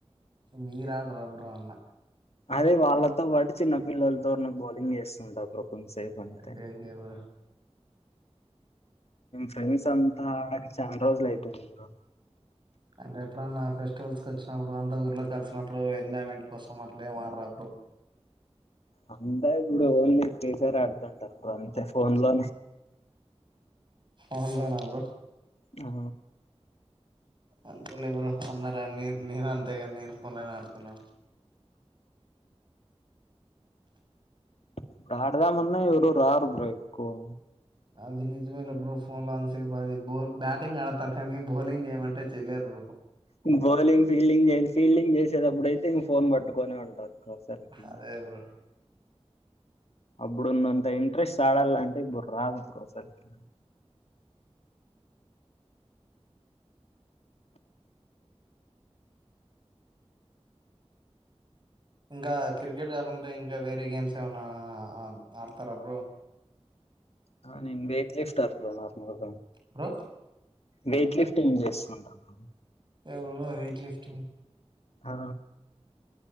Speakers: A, on the right; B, on the left.
A: మీరాడు అపురం అమ్మ
B: అదే వాళ్ళతో పాటు చిన్న పిల్లలతో బౌలింగ్ చేస్తుంటారు కొన్స బనత
A: ఓకే
B: ని
A: ఓకే బ్రో
B: ఫ్రెండ్స్ అంతా ఆడ చంద రోజ్ల అయితే మీరు
A: అ అంటే ఎప్పుడన్నా ఫెస్టివల్స్ క వచ్చినప్పుడు అంత ఊర్లోకి కలిసినప్పుడు ఎంాయ్ంట్ కోసం అట్లా ఏ మడరా ర
B: అంతే ఇప్పుడు ఓన్లీ స్షర్ ఆడుతుంటారు ఇప్పుడు అంతే ఫోన్ లో
A: ఆన్లైన్ ఆ బ్రో
B: ఆ
A: అంతేలే బ్రో అందారా న నన్ అంతేగా నను <unintelligible> ఆడుతున్నా
B: ఇప్పుడు ఆడదా ఉన్న ఎ రారు బ్రో ఎక్కువా
A: అది నిజమేప్పు ఫోన్ న్ సేపు అది బల్ బ్యా బటింగ్ ఆడతారు కానీ బౌలింగ్ చేయమంటే చెయలేరు
B: బౌలింగ్ ఫీల్డింగ్ చే ఫీల్డింగ్ చేసేటప్పుడు అయితే ఇం ఫోన్ పట్టుకొనే ఉంటారు బ్రో అసలుకి
A: అదే బ్రో
B: అప్పుడు ఉన్నంత ఇంట్రెస్ట్ చడల్లో అంటే ఇ బర రాదు బోసలుకి
A: ఇంకా క్రికెట్ కాకుంటే ఇంకా వేరే గేమ్స్ ఏమైనా ఆడతారు బ్రో
B: నేను వెయిట్ లిఫ్ట్ అర్ నార్మల్
A: బ్రో
B: వెయిట్ లిఫ్ట్ ఏం చేస్తుంటప్పుడు
A: ఎవ వెయిట్ లిఫ్టింగ్
B: ఆ